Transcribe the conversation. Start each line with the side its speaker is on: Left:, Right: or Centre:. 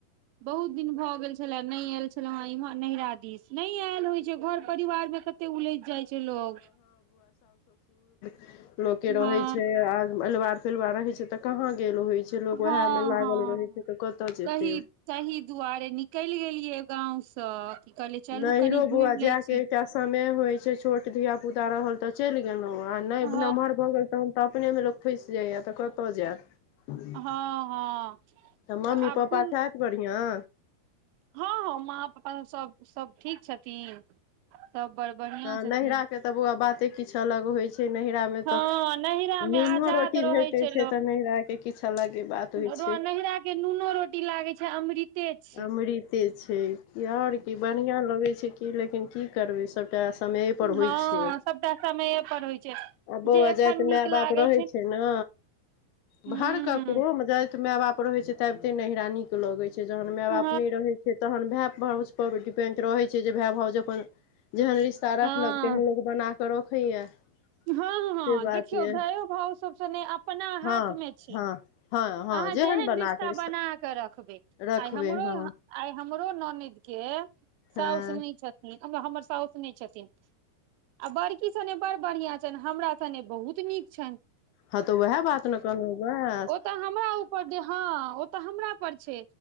Right: बहुत दिन भऽ गेल छलए नहि एयल छलए इमहर नैहरा दिश नैय एयल होइ छैय घर परिवार मे कते उलझि जाइ छैय लोग
Left: लोक के रहे
Right: हँ
Left: छैय आ एलवार पलिवार रहै छै तऽ कहाँ गेल होइ छै लोक
Right: हँ
Left: उएह मे लागल
Right: हँ
Left: रहै छै तऽ कतऽ जेतै
Right: तहि तही दुआरे निकैल गेलियै गाँव सँ की कहलियै चलू
Left: नहिरो
Right: कनि घुमि
Left: बुआ
Right: लै
Left: जाके
Right: छी
Left: एकटा सन मे होइ छैय छोट धिया पुता रहल तऽ चलि गेलौ आ नैय
Right: हँ
Left: नमहर भऽ गेल तहन तऽ अपने मे लोक फइस जाए तऽ कतऽ जाएत तऽ
Right: हँ हँ तऽ
Left: मम्मी
Right: आब
Left: पापा
Right: कोन
Left: छैथ बढ़िआं
Right: हँ हँ माँ पपा सब सब ठीक छथिन सब बड़ बढ़िआँ
Left: हां
Right: छथिन
Left: नैहरा के तब बौआ बाते किछ अलग होइ छै नैहरा मे
Right: हँ
Left: तऽ
Right: नैहरा मे
Left: नूनो
Right: आजाद
Left: रोटी
Right: रहै
Left: भेटैय
Right: छै
Left: छैय तऽ नैहरा के किछ अलगे बात होइ
Right: ह
Left: छै
Right: नैहरा के नूनो रोटी लागै छै अमृते छैय
Left: अमृते छै और की बढ़िया लगै छै कि लेकिन की की करबै सभटा समये पर
Right: हँ
Left: होइ छैय आ
Right: सबटा समये पर होइ छै
Left: बौआ
Right: जे एखन
Left: जाइत
Right: नीक
Left: माय
Right: लागे
Left: बाप रहै छै न
Right: हुँ
Left: भर ककरो जाइत माय बाप रहे छैय ताइबते नैहरा नीक लगै छैय जहन माय
Right: हँ
Left: बाप नहि रहै छैय तहन भेअ भौज पर डिपेंड रहै छैय जे भेअ भौज अपन जेहन रिश्ता
Right: हँ
Left: राखलक तेहन लोक बना क रखैया
Right: हँ
Left: से
Right: हँ
Left: बात
Right: देखियौ
Left: यऽ
Right: भयो भाव सब स सने अपना
Left: हँ
Right: हाथमे छैय
Left: हँ हँ हँ
Right: अहाँ जेहन
Left: बना
Right: रिश्ता
Left: कऽ
Right: बना क रखबै
Left: रखबै
Right: आइ हमरो
Left: हँ
Right: आइ हमरो ननैद के
Left: हँ
Right: साउस नैय छथिन हम हमर साउस नैय छथिन आ बड़की सने बड़ बढ़िआ छैन हमरा सने बहुत नीक छैन
Left: हँ त वएह बात न कहलू वां
Right: ओ तऽ हमरा ऊपर देहौ उ तऽ हमरा पर छै